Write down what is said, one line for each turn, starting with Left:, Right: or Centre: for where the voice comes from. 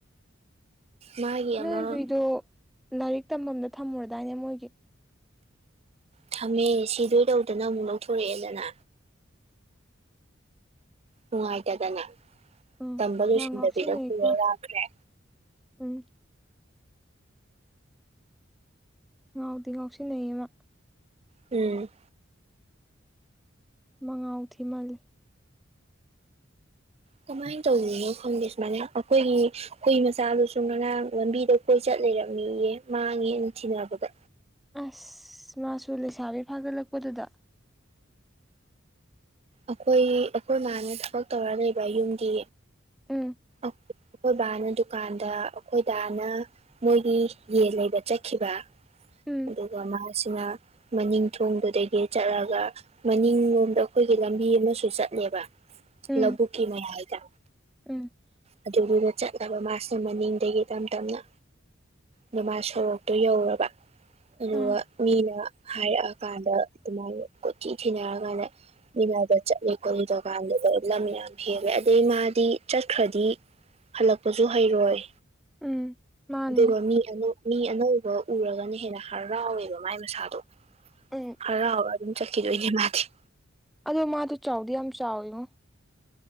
Right: ꯃꯥꯒꯤ ꯑꯃ
Centre: ꯅꯣꯏ ꯍꯨꯏꯗꯣ ꯂꯥꯏꯔꯤꯛ ꯇꯝꯐꯝꯗ ꯊꯝꯃꯨꯔꯗꯥꯏꯅꯦ ꯃꯣꯏꯒꯤ
Right: ꯊꯝꯃꯦ ꯁꯤꯗꯣꯏ ꯇꯧꯗꯅ ꯑꯃꯨꯛ ꯂꯧꯊꯣꯔꯛꯑꯦꯗꯅ ꯅꯨꯡꯉꯥꯏꯇꯗꯅ
Centre: ꯎꯝ
Right: ꯇꯝꯕ ꯂꯣꯏꯁꯤꯟꯗꯕꯤꯗ
Centre: ꯌꯥꯝ ꯉꯥꯎꯁꯤꯟꯅꯩꯀꯣ
Right: ꯄꯨꯔ ꯂꯥꯛꯈ꯭ꯔꯦ
Centre: ꯎꯝ ꯉꯥꯎꯗꯤ ꯉꯥꯎꯁꯤꯟꯅꯦꯌꯦ ꯃꯥ
Right: ꯎꯝ
Centre: ꯃꯉꯥꯎ ꯊꯤ ꯃꯜꯂꯤ
Right: ꯀꯃꯥꯏꯅ ꯇꯧꯔꯤꯅꯣ ꯈꯪꯗꯦ ꯁꯨꯃꯥꯏꯅ ꯑꯩꯈꯣꯏꯒꯤ ꯍꯨꯏ ꯃꯆꯥꯗꯨꯁꯨ ꯉꯔꯥꯡ ꯂꯝꯕꯤꯗ ꯀꯣꯏ ꯆꯠ ꯂꯩꯔꯝꯃꯦꯌꯦ ꯃꯥꯡꯉꯦꯅ ꯊꯤꯅꯕꯗ
Centre: ꯑꯁ ꯃꯥꯁꯨ ꯂꯩꯁꯥꯕꯤ ꯐꯥꯒꯠꯂꯛꯄꯗꯨꯗ
Right: ꯑꯩꯈꯣꯏ ꯑꯩꯈꯣꯏ ꯃꯥꯅ ꯊꯕꯛ ꯇꯧꯔ ꯂꯩꯕ ꯌꯨꯝꯗꯤ
Centre: ꯎꯝ
Right: ꯑꯩꯈꯣꯏ ꯕꯥꯅ ꯗꯨꯀꯥꯟꯗ ꯑꯩꯈꯣꯏ ꯗꯥꯅ ꯃꯣꯏꯒꯤ ꯌꯦꯟ ꯂꯩꯕ ꯆꯠꯈꯤꯕ
Centre: ꯎꯝ
Right: ꯑꯗꯨꯒ ꯃꯥꯁꯤꯅ ꯃꯅꯤꯡ ꯊꯣꯡꯗꯨꯗꯒꯤ ꯆꯠꯂꯒ ꯃꯅꯤꯡ ꯂꯣꯝꯗ ꯑꯩꯈꯣꯏꯒꯤ ꯂꯝꯕꯤ ꯑꯃꯁꯨ ꯆꯠꯂꯦꯕ
Centre: ꯎꯝ
Right: ꯂꯧꯕꯨꯛꯀꯤ ꯃꯌꯥꯏꯗ
Centre: ꯎꯝ
Right: ꯑꯗꯨꯒꯤꯅ ꯆꯠꯂꯕ ꯃꯥꯁꯨ ꯃꯅꯤꯡꯗꯒꯤ ꯇꯞ ꯇꯞꯅ ꯅ ꯃꯥ ꯁꯣꯔꯣꯛꯇꯣ ꯌꯧꯔꯕ ꯑꯗꯨꯒ
Centre: ꯑꯥ
Right: ꯃꯤꯅ ꯍꯥꯏꯔꯛꯑꯀꯥꯟꯗ ꯑꯗꯨꯃꯥꯏꯅ ꯀꯣꯏꯊꯤ ꯊꯤꯅꯔꯀꯥꯟꯗ ꯃꯤꯅꯥ ꯑꯗ ꯆꯠꯂꯤ ꯈꯣꯠꯂꯤ ꯇꯧꯀꯟꯗꯨꯗꯥ ꯂꯥꯃꯌ꯭ꯥꯝ ꯍꯦꯂꯦ ꯑꯗꯦ ꯃꯗꯤ ꯆꯠꯈꯔꯗꯤ ꯍꯜꯂꯛꯄꯁꯨ ꯍꯩꯔꯣꯏ
Centre: ꯎꯝ ꯃꯥꯅꯦ
Right: ꯑꯗꯨꯒ ꯃꯤ ꯑꯃꯨꯛ ꯃꯤ ꯑꯅꯧꯕ ꯎꯔꯒꯅ ꯍꯦꯟꯅ ꯍꯔꯥꯎꯋꯦꯕ ꯃꯥꯏ ꯃꯁꯥꯗꯣ
Centre: ꯎꯝ
Right: ꯍꯔꯥꯎꯔꯥ ꯑꯗꯨꯝ ꯆꯠꯈꯤꯗꯣꯏꯅꯦ ꯃꯥꯗꯤ
Centre: ꯑꯗꯣ ꯃꯥꯗꯣ ꯆꯥꯎꯗꯤ ꯌꯥꯝ ꯆꯥꯎꯋꯦꯉꯣ